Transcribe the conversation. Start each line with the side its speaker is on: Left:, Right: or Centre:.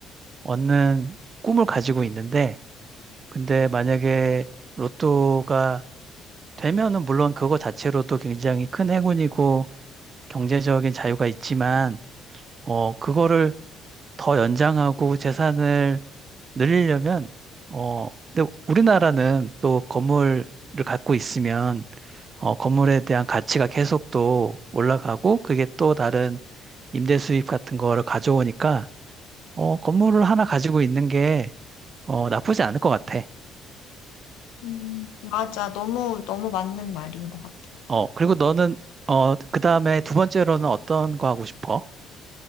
Right: 얻는 꿈을 가지고 있는데, 근데 만약에 로또가 되면은 물론 그거 자체로도 굉장히 큰 행운이고 경제적인 자유가 있지만, 어, 그거를 더 연장하고 재산을 늘리려면, 어, 근데 우리나라는 또 건물을 갖고 있으면 어, 건물에 대한 가치가 계속 또 올라가고 그게 또 다른 임대 수입 같은 거를 가져오니까 어, 건물을 하나 가지고 있는 게 어, 나쁘지 않을 것 같아.
Left: 음, 맞아. 너무, 너무 맞는 말인 것 같아.
Right: 어, 그리고 너는 어, 그다음에 두 번째로는 어떤 거 하고 싶어?